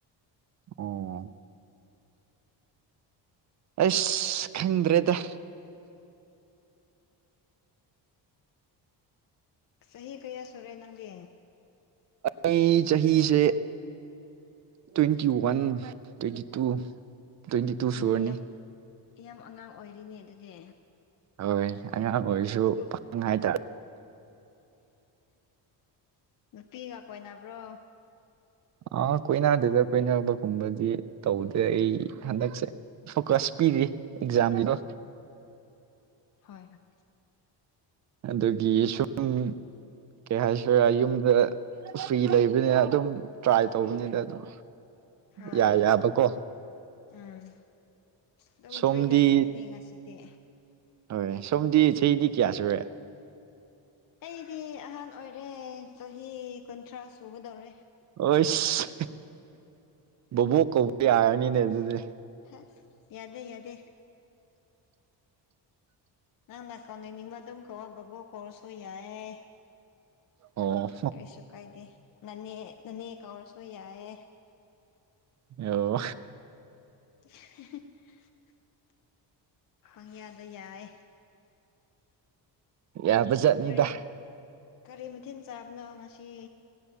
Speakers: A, on the right; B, on the left.
A: ꯑꯣ ꯑꯁ ꯈꯪꯗ꯭ꯔꯦꯗ
B: ꯆꯍꯤ ꯀꯌꯥ ꯁꯨꯔꯦ ꯅꯪꯗꯤ
A: ꯑꯩ ꯆꯍꯤꯁꯦ twenty one twenty two twenty two ꯁꯨꯔꯅꯤ
B: ꯑꯣ ꯌꯥꯝ ꯌꯥꯝ ꯑꯉꯥꯡ ꯑꯣꯏꯔꯤꯅꯦ ꯑꯗꯨꯗꯤ
A: ꯍꯣꯏ ꯑꯉꯥꯡ ꯑꯣꯏꯔꯁꯨ
B: ꯁ꯭ꯀꯨꯜ
A: ꯄꯥꯈꯪ ꯍꯥꯏꯇꯥꯔꯦ
B: ꯅꯨꯄꯤꯒ ꯀꯣꯏꯅꯕ꯭ꯔꯣ
A: ꯑ ꯀꯣꯏꯅꯗꯦꯗ ꯀꯣꯏꯅꯕꯒꯨꯝꯕꯗꯤ ꯇꯧꯗꯦ ꯑꯩ ꯍꯟꯗꯛꯁꯦ ꯐꯣꯀꯁ ꯄꯤꯔꯤ ꯑꯦꯛꯖꯥꯝꯒꯤꯗꯣ
B: ꯍꯣꯏ ꯍꯣꯏ
A: ꯑꯗꯨꯒꯤ ꯁꯨꯝ ꯀꯩ ꯍꯥꯏꯁꯤꯔꯥ ꯌꯨꯝꯗ ꯐ꯭ꯔꯤ ꯂꯩꯕꯅꯤꯅ ꯑꯗꯨꯝ ꯇ꯭ꯔꯥꯏ ꯇꯧꯕꯅꯤꯗ ꯑꯗꯨꯝ
B: ꯍꯣꯏ
A: ꯌꯥꯏ
B: ꯍꯣꯏ
A: ꯌꯥꯕꯀꯣ
B: ꯎꯝ ꯑꯗꯨꯝ
A: ꯁꯣꯝꯗꯤ
B: ꯐ꯭ꯔꯤꯗ ꯂꯩꯕꯅꯦ ꯉꯁꯤꯗꯤ
A: ꯍꯣꯏ ꯁꯣꯝꯗꯤ ꯆꯍꯤꯗꯤ ꯀꯌꯥ ꯁꯨꯔꯦ
B: ꯑꯩꯗꯤ ꯑꯍꯟ ꯑꯣꯏꯔꯦ ꯆꯍꯤ ꯀꯨꯟꯊ꯭ꯔꯥ ꯁꯨꯒꯗꯧꯔꯦ
A: ꯍꯣꯏꯁꯤ ꯕꯨꯕꯣꯛ ꯀꯧꯕ ꯌꯥꯔꯅꯤꯅꯦ ꯑꯗꯨꯗꯤ
B: ꯍꯁ ꯌꯥꯗꯦ ꯌꯥꯗꯦ ꯅꯪꯅ ꯀꯧꯅꯅꯤꯡꯕ ꯑꯗꯨꯝ ꯀꯧꯋꯣ ꯕꯨꯕꯣꯛ ꯀꯧꯔꯁꯨ ꯌꯥꯏꯌꯦ
A: ꯑꯣ
B: ꯀꯩꯁꯨ ꯀꯥꯏꯗꯦ ꯅꯅꯦ ꯅꯅꯦ ꯀꯧꯔꯁꯨ ꯌꯥꯏꯌꯦ
A: ꯑꯣ
B: <unintelligible> ꯄꯪꯌꯥꯗ ꯌꯥꯏꯌꯦ
A: ꯌꯥꯕꯖꯠꯅꯤꯗ
B: ꯀꯔꯤ ꯃꯠ ꯀꯔꯤ ꯃꯊꯦꯟ ꯆꯥꯕꯅꯣ ꯉꯁꯤ